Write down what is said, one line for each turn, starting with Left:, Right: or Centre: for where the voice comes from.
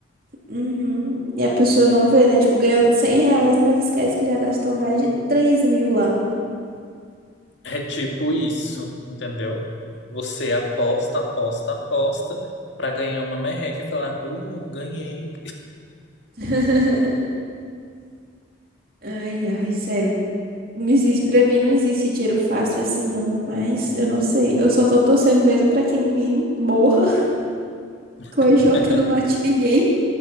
Right: Uhum. E a pessoa não vê, né? Tipo, ganha 100 reais, mas esquece que já gastou mais de 3 mil lá.
Left: É tipo isso, entendeu? Você aposta, aposta, aposta pra ganhar uma merreca e falar, uh, ganhei.
Right: <laughs> Ai, ai, sério. Não existe, pra mim não existe dinheiro fácil assim, não. Mas eu não sei. Eu só tô torcendo mesmo pra que ninguém morra, <laughs>
Left: <laughs>
Right: que o AJ não mate ninguém.